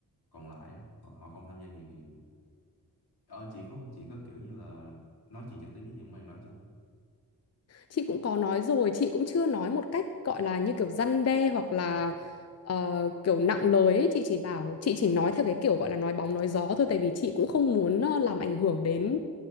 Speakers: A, on the left; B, on the left.
A: còn lại á, họ, họ không tham gia nhiều thì ờ chị có chị có kiểu như là nói chuyện trực tiếp với những bạn đó chưa?
B: chị cũng có nói rồi chị cũng chưa nói một cách gọi là như kiểu răn đe hoặc là
A: Ờ,
B: ờ, kiểu nặng lời ấy. chị chỉ bảo chị chỉ nói theo cái kiểu gọi là nói bóng nói gió thôi tại vì chị cũng không muốn ờ, làm ảnh hưởng đến